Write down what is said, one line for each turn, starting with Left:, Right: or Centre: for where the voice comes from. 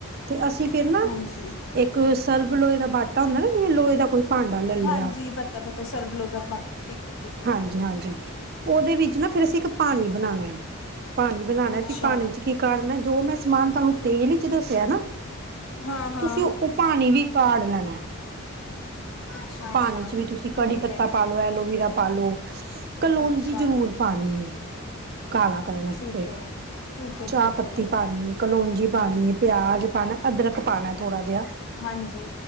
Right: ਤੇ ਅਸੀਂ ਫੇਰ ਨਾ
Left: ਹਾਂਜੀ
Right: ਇੱਕ ਸਰਬ ਲੋਹੇ ਦਾ ਬਾਟਾ ਹੁੰਦਾ ਨਾ ਜਿਵੇਂ ਲੋਹੇ ਦਾ ਕੋਈ ਭਾਂਡਾ ਲੈ ਲਿਆ।
Left: ਹਾਂਜੀ ਦਾ ਪਾਟ ਠੀਕ ਹੈ ਠੀਕ ਹੈ।
Right: ਹਾਂਜੀ ਹਾਂਜੀ ਉਹਦੇ ਵਿੱਚ ਨਾ ਫਿਰ ਅਸੀਂ ਇੱਕ ਪਾਣੀ ਬਣਾਉਣਾ ਹੈ। ਪਾਣੀ । ਬਣਾਣਾ
Left: ਅੱਛਾ।
Right: ਸੀ ਪਾਣੀ ਚ ਕੀ ਕਾੜਨਾ ਹੈ ਜੋ ਮੈਂ ਸਮਾਨ ਤੁਹਾਨੂੰ ਤੇਲ ਵਿਚ ਦੱਸਿਆ ਨਾ
Left: ਹਾਂ ਹਾਂ।
Right: ਤੁਸੀਂ ਉਹ ਪਾਣੀ ਵੀ ਕਾੜ ਲੈਣਾ ।
Left: ਅੱਛਾ
Right: ਪਾਣੀ
Left: ਅੱਛਾ
Right: ਚ ਵੀ ਤੁਸੀਂ ਕੜੀ
Left: ਠੀਕ
Right: ਪੱਤਾ
Left: ਹੈ।
Right: ਪਾ ਲੋਓ ਐਲੋਵਰਾ ਪਾਲੋ ਕਲੋਂਜੀ
Left: ਅੱਛਾ।
Right: ਜਰੂਰ ਪਾਣੀ ਹੈ ਕਾਲਾ ਕਰਨ ਵਾਸਤੇ
Left: ਠੀਕ ਹੈ ਠੀਕ ਹੈ
Right: ਚਾਹ
Left: ਠੀਕ
Right: ਪੱਤੀ
Left: ਹੈ
Right: ਪਾਣੀ ਹੈ ਕਲੋਂਜੀ ਪਾਣੀ ਹੈ ਪਿਆਜ ਪਾਣਾ ਅਦੱਰਕ ਪਾਉਣਾ ਥੋੜਾ ਜਿਹਾ
Left: ਹਾਂਜੀ